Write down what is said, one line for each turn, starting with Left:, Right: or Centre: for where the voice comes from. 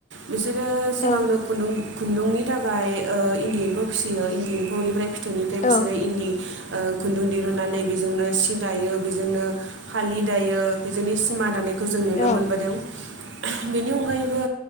Right: बिसोरो
Left: औ
Right: सिगांनो खुन्दुं खुन्दुंनि थाखाय ओ इन्दि एम्फौ फिसियो इन्दिफोरनिफ्राय फिथौनिफ्राय
Left: औ
Right: बिसोरो इन्दि ओ खुन्दुं दिहुननानै बेजोंनो सि दायो बेजोंनो फालि दायो बेजोंनो सिमा दानायखौ खौ जों नुनो
Left: औ
Right: मोनबोदों। बेनि अनगायैबो